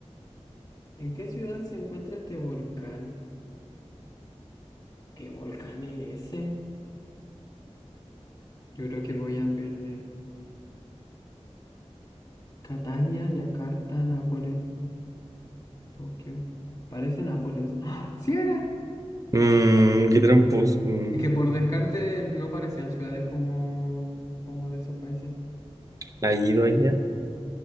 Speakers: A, on the left; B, on the right.
A: ¿en qué ciudad se encuentra este volcán? ¿Qué volcán es ese? Yo creo que voy a perder. Catania, Yakarta, Nápoles, Tokio. Parece Nápoles. ¡Ah! ¡Sí era!
B: Mm, qué tramposo. Mm,
A: Es que por descarte no parecían ciudades como, como de esos países.
B: ¿ha ido allá?